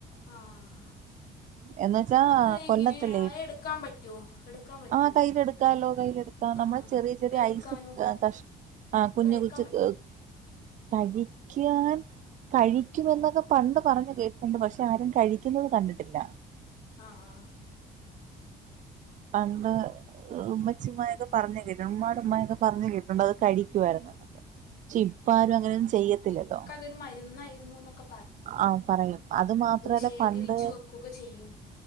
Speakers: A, on the left; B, on the right.
A: ആഹ്
B: എന്ന് വെച്ചാ
A: അത് എങ്ങനെ
B: കൊല്ലത്തല്ലേ
A: അത് എടുക്കാൻ പറ്റുവോ എടുക്കാൻ പറ്റുവോ
B: ആഹ് കയ്യില് എട്ക്കാലോ കയ്യില് എട് ക്കാം
A: ആഹ്
B: നമ്മള് ചെറിയ ചെറിയ
A: കഴിക്കാനോ
B: ഐസ് കഷ് ആഹ് കുഞ്ഞ്
A: കഴിക്കാൻ
B: <unintelligible>
A: പറ്റോ
B: കഴിക്ക്യാൻ കഴിക്കും എന്നൊക്കെ പണ്ട് പറഞ്ഞ് കേക്കണ്ട് പഷെ ആരും കഴി- ക്കുന്നത് കണ്ടിട്ടില്ല
A: ആഹ് ആഹ്
B: പണ്ട് ഉമ്മച്ചി ഉമ്മാക്കെ പറഞ്ഞ് കേട്ട് ഉമ്മാട ഉമ്മായൊക്കെ പറഞ്ഞ് കേട്ടിട്ടൊണ്ട് അത് കഴി- ക്ക്യാരുന്നുന്നൊക്കെ പക്ഷെ ഇപ്പൊ ആരും അങ്ങനെ ഒന്നും ചെയ്യത്തില്ലട്ടൊ
A: ഇത് ഒര് മര്ന്നായിരുന്നൂന്നൊക്കെ
B: ആഹ് പറയും അത് മാത്രല്ല
A: ശേഖരിച്ച്
B: പണ്ട്
A: വെക്കൊക്കെ ചെയ്യും